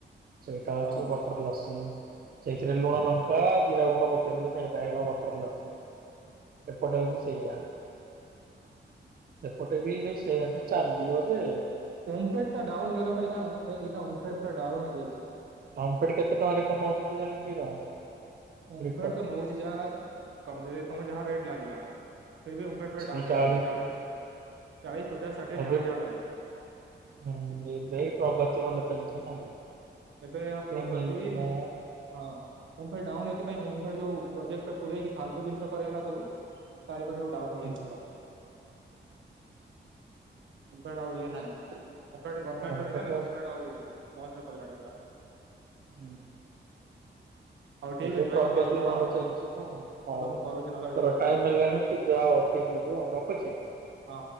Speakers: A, on the right; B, on the right.
A: ସେଇଟା ହଉଚି
B: ହଁ
A: ବଟର ଲସି। ସେଇଥିରେ ଲୁଣ, ଲଙ୍କା, ଜିରା ଗୁଣ୍ଡ ପକେଇଦେଲେ ସେଇଟା ହେଇଗଲା ବଟର ଲସି। ଏପଟେ ଅଛି ସେୟା। ସେପଟେ ବି ସେଇ ସେମ ଚାଲିବଯେ
B: ଓମଫେଡ଼ ଟା ଡାଉନ ହେଇଗଲା ପା ଏଇଖିଣା ଅଁ ଏଇଖିଣା ଓମଫେଡ ପୁରା ଡ଼ ଡାଉନ ହେଇଯାଇଚି।
A: ଓମଫେଡ କେତେ ଟଙ୍କାରେ କଣ ନଉଚି କେଜାଣି କ୍ଷୀର?
B: ଓମଫେଡ
A: ଲିଟର
B: ତ ନଉଛି ଯାହା କମରେ ତମେ ଯାହା ରେଟ୍ ଲାଗିଲା। ଫିର୍ ବି ଓମଫେଡ୍ ପୁରା
A: ସେଇ
B: ଡାଉନ୍
A: ଚାଳିଶ
B: ହେଇଯାଇଛି ଡାଉନ୍ ଚାଳିଶ ପଚାଶ ଷାଠିଏ
A: ଏବେ,
B: ଯାହାର ଯାହା ଲାଗିଲା।
A: ଏବେ ଏଇ ପ୍ରଗତି ଭଲ ଚାଲିଚି ନା।
B: ଏବେ ଏହା ପ୍ରଗତି
A: ମିଲ୍କ
B: ଉଁ
A: ମୁଁ
B: ହଁ ଅ ଓମଫେଡ ଡାଉନ ହେ ସେଇଥିପାଇଁ ଯୋଉ ପ୍ରୋେକ୍ଟ ପୁରାଇକି ଫାଲତୁ ଜିନିଷ କରେଇଲା ସବୁ। ତାରି ପାଖରେ ସବୁ ଡାଉନ ହେଇଯାଇଚି
A: ହୁଁ
B: ପୁରା। ଏବଡେ ଆଉ ଇଏ ନାହିଁ। ଓମଫେଡ ଗମେଣ୍ଟର
A: ଓମଫେଡ
B: ଥିଲା କିନ୍ତୁ
A: ର
B: ଓମଫେଡ ଆଉ ଲସ୍ ରେ ପଳେଇ ଲାଣି ପୁରା।
A: ହୁଁ।
B: ହଉ ଠିକ
A: ଏବେ
B: ଅଛି
A: ପ୍ରଗତି
B: ଭାଇ ତମେ ଇଏ କର
A: ଭଲ ଚାଲିଚି ତ ହଉ
B: ମୁଁ ତମକୁ କରୁଛି ନହେଲେ ଆଉ
A: ତୋର
B: ଟିକେ ପରେ
A: ଟାଇମ
B: ଆଉ
A: ହେଲାଣି ତୁ ଯା ଅଫିସ ଯିବୁ ଆଉ ରଖୁଚି।
B: ହଁ।